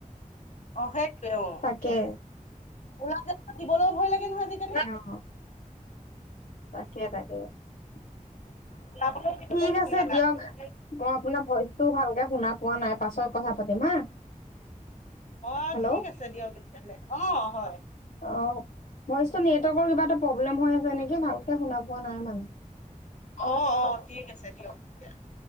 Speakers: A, on the left; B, on the left.
A: অ সেইটয়ে অ
B: তাকে
A: ওলা হাতত দিবলৈ ভয় লাগে নহয় আজি।
B: অ তাকে তাকে
A: <inaudible>
B: ঠিক আছে
A: ভয় লগা
B: দিয়ক
A: হ'ল
B: মই আপোনাৰ ভইচ টো ভালকে শুনা পোৱা নাই পাছত কথা পাতিম হা।
A: অ
B: হেল্ল'
A: ঠিক আছে দিয়ক তেতিয়াহ'লে অ হয়।
B: অ ভইচ টো নেটৱৰ্কৰ কিবা এটা প্ৰব্লেম হৈ আছে নেকি ভালকে শুনা পোৱা নাই মানে।
A: অ অ ঠিক আছে দিয়ক তেতিয়া।